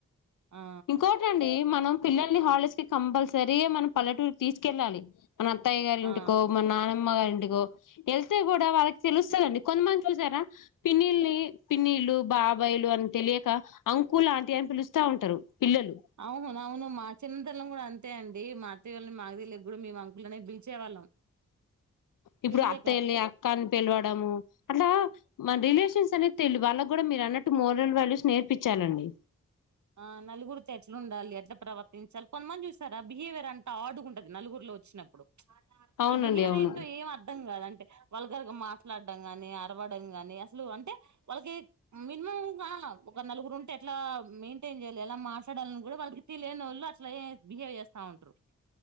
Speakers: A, on the right (about 65°); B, on the left (about 80°).
A: ఆ
B: ఇంకోటి అండి మనం పిల్లల్ని హాలిడేస్ కి కంపల్సరీయ మన పల్లూకి తీసుకెళ్ళాలి మన అత్తయ్య గారి
A: ఆ
B: ఇంటికో మన నానమ్మ గారి ఇంటి వెళ్తే కూడా వాళ్ళకి తెలుస్తాలండి. కొంతమంది చూసారా పిన్నిళ్ని పిన్నిళ్లు. బాబాయిలు అని తెలియక అంకులు అంటి అని పిలుస్త ఉంటారు పిల్లలు
A: అవును అవును మా చిన్నతల్లం కూడా అంతే అండి. మా అత్యని మాది కూడా మే అంకులునే పిలిచేవాళ్ళం.
B: ఇప్పుడు
A: తెలియక
B: అత్త వెళ్ళి అక్కాని పిలవడము అట్లా మన రిలేషన్స్ అనేది తెలి వాళ్ళకి కూడా మీరు అన్నట్టు మోరల్ వాల్యూస్ నేర్పించాలండి.
A: ఆ నలుగురితో ఎట్లా ఉండాలి. ఎట్లా ప్రవర్తించాలి కొంతమంది చూసారు. ఆ బిహేవియర్ అంత ఆడుగుంటది నలుగురులో వచ్చినప్పుడు. వాళ్ళ
B: అవునండి
A: బిహేవియర్
B: అవును
A: ఏంటో ఏం అర్ధం కాదు అంటే వాళ్ళ క మాట్లాడడంం ని అరవడం గాని అసలు అంటే వాళ్ళకి మినిమం కాాల ఒక నలుగురు ఉంటే ఎట్లా మన్ న్ చేయాలి అలా మాట్లాడాలని కూడా వాళ్ళకి తెలియని వాళ్ళు అట్లా బిహేవ్ చేస్తా ఉంటారు.